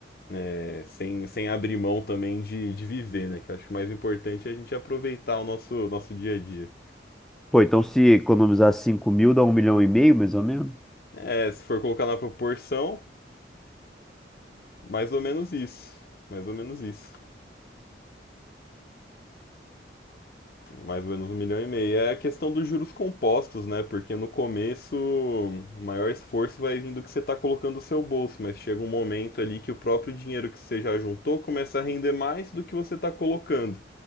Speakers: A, on the left; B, in the centre.
A: né, sem, sem abrir mão também de, de viver, né? Que eu acho que o mais importante é a gente aproveitar o nosso, nosso dia a dia.
B: Pô, então se economizar 5 mil, dá um milhão e meio, mais ou menos?
A: É, se for colocar na proporção, mais ou menos isso. Mais ou menos isso. Mais ou menos um milhão e meio. É a questão dos juros compostos, né? Porque no começo o maior esforço vai vindo do que você está colocando no seu bolso, mas chega um momento ali que o próprio dinheiro que você já juntou começa a render mais do que você está colocando.